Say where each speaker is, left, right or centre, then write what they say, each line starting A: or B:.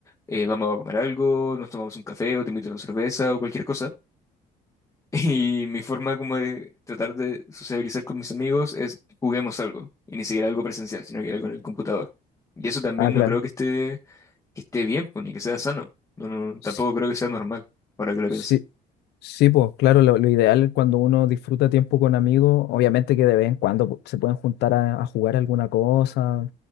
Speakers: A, on the left; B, on the left.
A: eh, vamos a comer algo, nos tomamos un café o te invito a una cerveza o cualquier cosa. Y mi forma como de tratar de sociabilizar con mis amigos es juguemos algo. Y ni siquiera algo presencial, sino que algo en el computador. Y eso también
B: Ah, claro.
A: no creo que esté, que esté bien, pues, ni que sea sano. No, no, no, tampoco
B: S-
A: creo que sea normal, ahora que lo
B: Sí,
A: pienso.
B: sí, pues claro, lo, lo ideal es cuando uno disfruta tiempo con amigos, obviamente que de vez en cuando pu- se pueden juntar a, a jugar alguna cosa,